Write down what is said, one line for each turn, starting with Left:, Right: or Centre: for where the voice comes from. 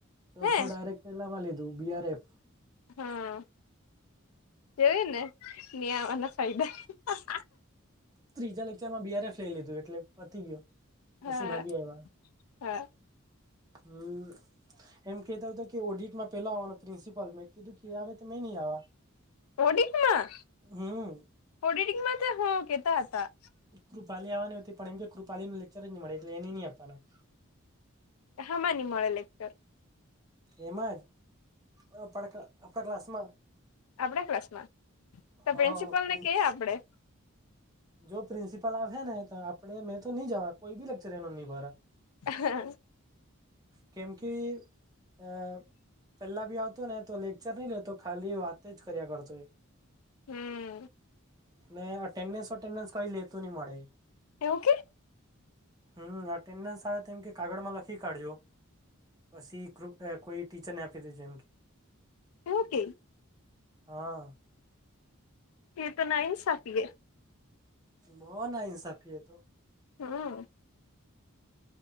Right: ચોથો
Left: હે
Right: ડાયરેક્ટ પેલામાં લીધું બી આર એફ
Left: હાં જોયું ને ની આવવાના ફાયદા
Right: ત્રીજા લેક્ચરમાં બી આર એફ લલઈ લીધું એટલે પતી ગયુ પસી
Left: હા
Right: ભાગી આયવા
Left: હા
Right: હમ્મ એમ કેતો અતો કે ઓડિટમાં પેલો આવાનો પ્રિન્સિપલ, મેં કીધું કે એ આવે તો મેં નહી આવા.
Left: ઓડિટમાં?
Right: હમ
Left: ઓડિટમાં તે હું કેતા અતા.
Right: કૃપાલી આવવાની ઉતી પણ એમ કે કૃપાલીને લેકચર જ ની મળે એટલે એને ની આપવાના.
Left: હામાં ની મળે લેક્ચર?
Right: એમાં જ આપણા આપણા ક્લાસમાં
Left: આપડા ક્લાસમાં? તો
Right: હા
Left: પ્રિન્સિપલને
Right: પ્રિન્સ-
Left: કેય આપડે.
Right: જો પ્રિન્સિપલ આવેે હેને તો આપડે મેં તો ની જવા કોઈ બી લેક્ચર એનું ની ભરા.
Left: હા.
Right: કેમ કી અ પેલા બી આવતો ને તો લેક્ચર ની લેતો ખાલી વાતે જ કર્યા કરતો એ.
Left: હમ્મ
Right: ને અટેન્ડન્સ અટેન્ડન્સ કઈ લેતો ની મળે એ
Left: એવું કે?
Right: હમ્મ અટેન્ડન્સ આવે તો એમ કે કાગળમાં લખી કાઢજો. પસી ક્રુપ્ડ કોઈ ટીચરને આપી દેજો એમ કેય
Left: એમ કેય?
Right: હા
Left: એ તો નાઈન્સાફી એ
Right: બો નાઇન્સાફીએ તો
Left: હં